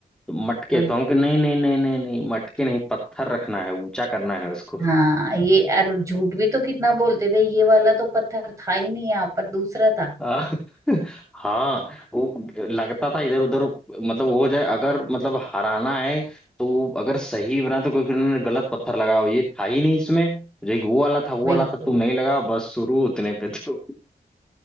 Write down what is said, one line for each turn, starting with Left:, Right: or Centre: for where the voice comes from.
Centre: तो मटके
Right: हाँ
Centre: तो हम कहे, नहीं नहीं नहीं नहीं नहीं मटके नहीं पत्थर रखना है ऊंचा करना है उसको
Right: हाँ ये और झूठ भी तो कितना बोलते थे ये वाला तो पत्थर था ही नहीं यहाँ पर दूसरा था
Centre: आ, <laughs> हाँ वो लगता था इधर उधर मतलब वो हो जाए अगर मतलब हराना है तो अगर सही बना तो कोई किसी ने गलत पत्थर लगाओ ये था ही नहीं इसमें जो एक वो वाला था वो
Right: बिल्कुल
Centre: वाला था तुम नहीं लगाओ बस शुरू उतने पे तो